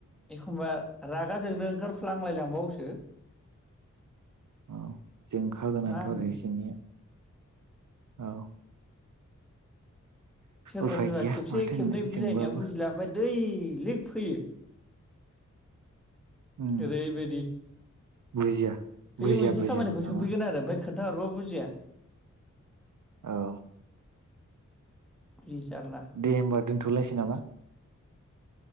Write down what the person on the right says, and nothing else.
औ जोंखा गोनांथ'
आरो इसे एनैया। औ
उफाय
गैया
माथो होननो
जोंबाबो
उम
बुजिया
बुजिया
बुजियानो
नामा
औ
दे होमबा दोन्थ'लायसै नामा